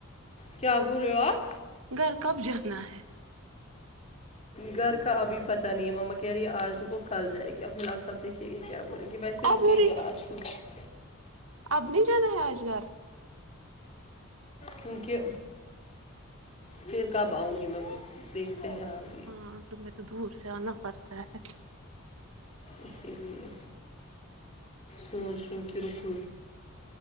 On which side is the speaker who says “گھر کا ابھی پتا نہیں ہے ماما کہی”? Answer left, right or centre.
Left